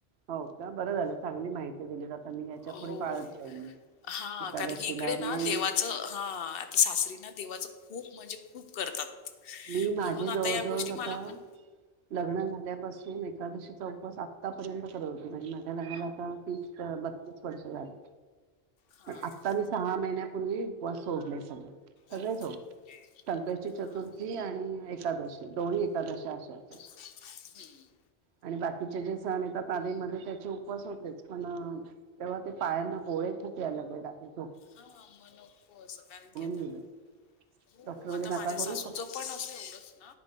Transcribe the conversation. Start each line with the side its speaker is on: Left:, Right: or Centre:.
Right: हो का बर झालं चांगली माहिती दिली. मी याच्या
Left: हो
Right: पुढे पाळत जाईन
Left: हा
Right: एकादशीला
Left: कारण की इकडे
Right: म्हणजे
Left: ना
Right: मी
Left: देवाच हा सासरी ना देवाच खुप म्हणजे खुप करतात.
Right: मी माझी
Left: म्हणून आता
Right: जवळ-
Left: या
Right: जवळ
Left: गोष्टी मला
Right: <unintelligible>
Left: पण
Right: लग्न झाल्यापासून एकादशीचा उपवास आत्तापर्यंत करत होते म्हणजे माझ्या लग्नाला आता तीस <unintelligible> तीस वर्ष झाले
Left: हां.
Right: पण आत्ता मी सहा महिन्यापूर्वी उपवास सोडले सगळे. <unintelligible> संकष्टी
Left: ओह, ओके.
Right: चतुर्थी
Left: हां,
Right: आणि एकादशी दोन्ही एकादशा <unintelligible>
Left: <inaudible> हम्म
Right: आणि बाकीचे जे सण येतात. आदी मध्ये त्याचे उपवास होतेच पण तेव्हा ते पायांना गोळे खुप <unintelligible>
Left: हा मग नको अस कारण की आता
Right: दिलं
Left: हो
Right: डॉक्टर म्हणाले
Left: आता
Right: नका
Left: माझ्या
Right: करू
Left: सासूचं
Right: फक्त
Left: पण असं एवढंच